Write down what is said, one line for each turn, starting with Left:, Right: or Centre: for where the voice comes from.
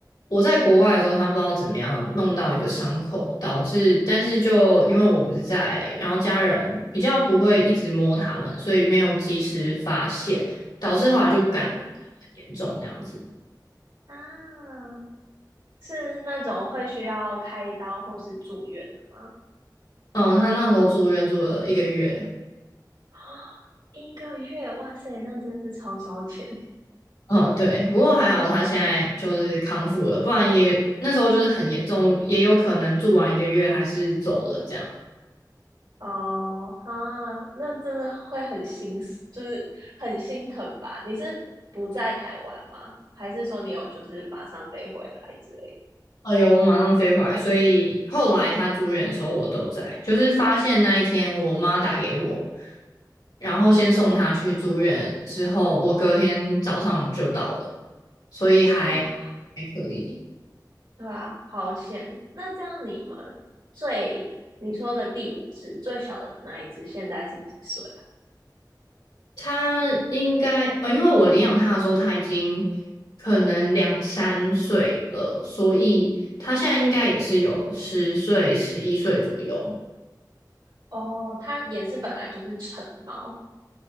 Left: 我在国外的时候，他不知道怎么样弄到一个伤口，导致，但是就因为我不在，然后家人比较不会一直摸他们，所以没有及时发现，导致后来就感染
Right: 嗯
Left: 得很严重这样子。
Right: 啊，是那种会需要开刀或是住院的吗？
Left: 嗯，他那时候住院住了一个月，
Right: <gasps> 一个月，哇塞，那真是超烧钱
Left: 嗯，对，不过还好他现在就是康复了，不然也那时候就是很严重，也有可能住完一个月还是走了这样。
Right: 哦哈，那真的会很心就是很心疼吧？你是不在台湾吗？还是说你有就是马上飞回来之类
Left: 哎呦，我马上飞回来，所以后来他住院的时候我都在，就是发现那一天我妈打给我，然后先送他去住院，之后我隔天早上就到了，所以还
Right: 的？哇，
Left: 还可以。
Right: 对啊，好险！那这样你们最你说的第五只最小的那一只现在是几岁
Left: 他应该，呃，因为我领养他的时候，他已经可能两三岁了，所以他现在应该也是有十岁、十一岁左右。
Right: 啊？哦，它也是本来就是成猫，